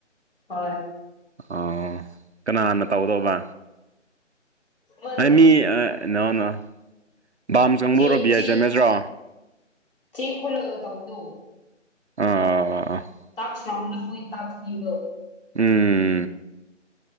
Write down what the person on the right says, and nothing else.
ꯑꯣ ꯀꯅꯥꯅ ꯇꯧꯗꯧꯕ
ꯍꯥꯏ
ꯃꯤ ꯅꯣ ꯅꯣ ꯕꯥꯝ ꯆꯪꯕꯣꯔꯣ
ꯕꯤ
ꯑꯥꯏ ꯆꯃꯦꯠꯁꯔꯣ
ꯑꯥ ꯑꯥ ꯑꯥ
ꯎꯝ